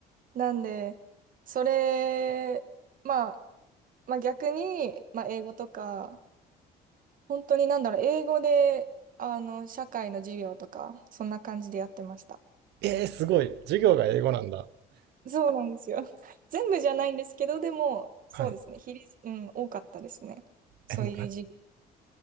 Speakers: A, on the right; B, on the right.
A: う。なんで、それ、まあ、まあ逆に、まあ英語とか、本当になんだろう、英語で、あの、社会の授業とか、そんな感じでやってました。
B: えー、すごい。授業が英語なんだ。
A: そうなんですよ。<laughs> 全部じゃないんですけど、でも、そうですね。
B: はい。
A: 比率、うん、多かったですね。そういう授業。
B: え、もうが、